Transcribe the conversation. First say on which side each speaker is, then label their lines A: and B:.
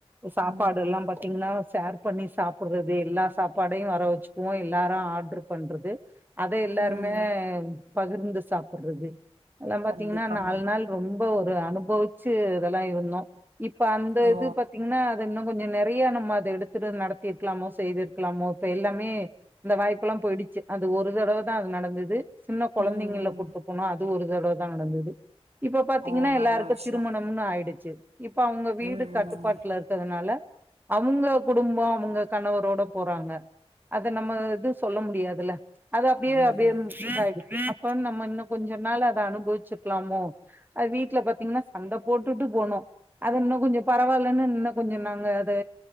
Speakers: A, on the right; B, on the right.
A: சாப்பாடுல்லா
B: ம்
A: பாத்தீங்ன்னா சேர் இப்ப நீ சாப்பிடுறது எல்லா சாப்பாடையு வர வச்சுக்குவோ எல்லாரு ஆட்ர்ரு பண்றது அத எல்லாருமே
B: ம்
A: பகிர்ந்து சா சாப்பிட்றது எல்லா
B: கண்டிப்பாங்க
A: பாத்தீங்ன்னா நாலு நாள் ரொம்ப ஒர் ஒரு அனுபவிச்சு இதெல்லா இருந்தோ இப்ப அந்த
B: ஓ
A: இது பாத்தீங்ன்னா அது இன்னு கொஞ்சோ நெறையா நம்ம அத எடுத் திரு நடத்திருக்லாமோ செய்திருக்லாமோ இப்ப எல்லாமே இந்த வாய்ப்புல்லா போயிடுச்சு அது ஒரு தடவ தா அது நடந்துது சின்ன கொழந்தைங்கல
B: ம் ம்.
A: கூட்டு போனா அது ஒரு ருதடவதா நடந்தது இப்ப பாத்தீங்ன்னா
B: ஓ நல்ல
A: எல்லாருக்கு
B: விஷயம்
A: திருமணம்னு ஆயிடுச் சேர் இப்ப அவுங்க வீடு
B: ம்
A: கட்டுப்பாட்டுல
B: ம்
A: இருக்கிறதுனால அவுங்கப் குடும்போ அவுங்க கணவரோட போறாங்க அத நம்ம இது சொல்ல முடியாதுல அது அப்டியே
B: ம்
A: அப்டியே <unintelligible> அப்ப நம்ம இன்னோ கொஞ்ச நாள் அத அனுபவிச்சுக்கலாமோ அது வீட்ல பாத்தீங்ன்னா சண்ட போட்டுட்டு போனோ அது இன்னு கொஞ்சோ பரவாலன்னு இன்னோ கொஞ்சோ நாங்க அது